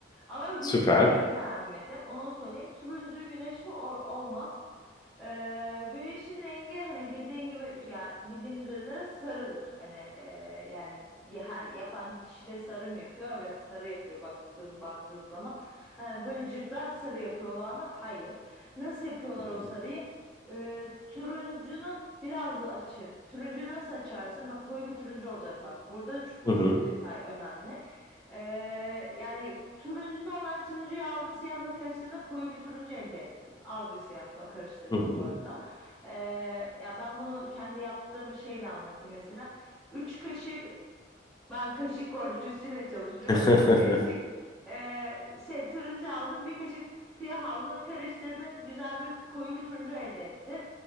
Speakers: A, in the centre; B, on the left.
A: Ama güneşi
B: Süper.
A: niye beğenmedim? Onu söyleyeyim. Turuncu güneşi o- olmaz. E, güneşin rengi hani bildiğin gibi ya bildiğimiz üzere sarıdır. Hani e, yani ya- her yapan kişi de sarı mı yapıyor? Evet sarı yapıyor baktığın baktığın zaman. Ha, böyle cırtlak sarı yapıyorlar mı? Hayır. Nasıl yapıyorlar
B: Hı
A: o
B: hı.
A: sarıyı? Ee, turuncunun biraz açı. Turuncuyu nasıl açarsın? Bak koyu bir turuncu olacak bak. Burada ç- bu
B: Hı
A: çok
B: hı.
A: detay önemli. Ee, yani turuncu normal turuncuyu aldın siyahla karıştırdın koyu bir turuncu elde ettin. Az bir siyahla karıştırdım
B: Hı hı.
A: bu arada. Ee, ya ben bunu kendi yaptığım şeyle anlatayım mesela. 3 kaşık ben kaşık ölçüsüyle çalışıyorum.
B: <laughs>
A: Üç kaşık eee, şey turuncu aldın, bir kaşık siyah aldın, karıştırdın. Güzel bir koyu bir turuncu elde ettin.